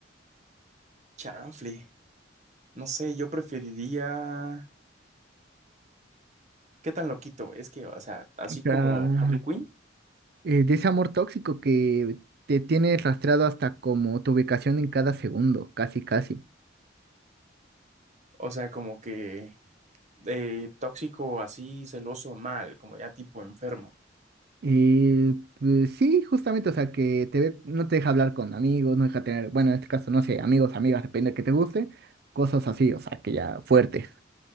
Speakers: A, on the right; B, on the right.
A: chanfle. No sé, yo preferiría... ¿Qué tan loquito? Es que, o sea, así
B: O sea,
A: como Harley Quinn,
B: eh, de ese amor tóxico que te tiene rastreado hasta como tu ubicación en cada segundo, casi, casi.
A: o sea, como que eh, tóxico, así, celoso, mal, como ya tipo enfermo.
B: Eh, pues sí, justamente, o sea, que te ve- no te deja hablar con amigos, no deja tener, bueno, en este caso, no sé, amigos, amigas, depende de que te guste, cosas así, o sea, que ya fuertes.